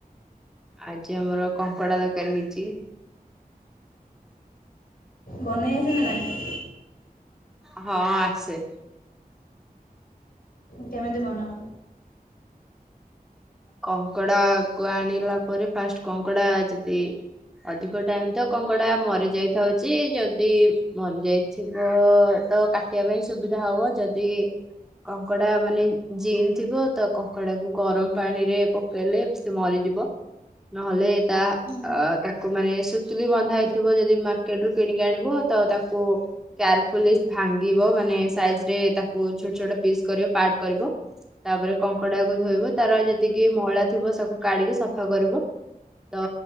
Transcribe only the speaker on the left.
ବନେଇ ଆସେ ନା ନାଇଁ?
<inaudible> କେମିତି ବନାଅ?
ହୁଁ